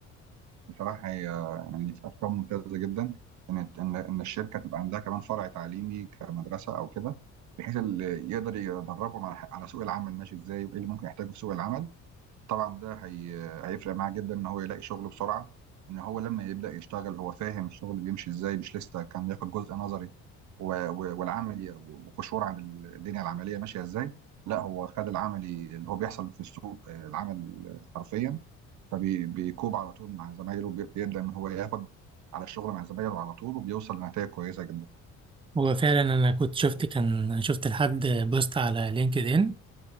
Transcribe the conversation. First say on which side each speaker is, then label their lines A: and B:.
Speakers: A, on the right (about 65°); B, on the right (about 15°).
A: بصراحة هي يعني في أفكار ممتازة جدا إن إن إن الشركة تبقى عندها كمان فرع تعليمي كمدرسة أو كده بحيث اللي يقدر يدربهم على ح- على سوق العمل ماشي إزاي وإيه اللي ممكن يحتاجه في سوق العمل طبعا ده هي... هيفرق معاه جدا ان هو يلاقي شغل بسرعه ان هو لما يبدا يشتغل هو فاهم الشغل بيمشي ازاي مش لسه كان ياخد جزء نظري و... و... والعملي وقشور عن الدنيا العمليه ماشيه ازاي لا هو خد العملي اللي هو بيحصل في السوق آه، العمل حرفيا فبيكوب على طول مع زمايله بي- بيبدا ان هو ياخد على الشغل مع زمايله على طول وبيوصل لنتائج كويسه جدا
B: هو فعلا انا كنت شفت كان شفت لحد بوست على لينكد ان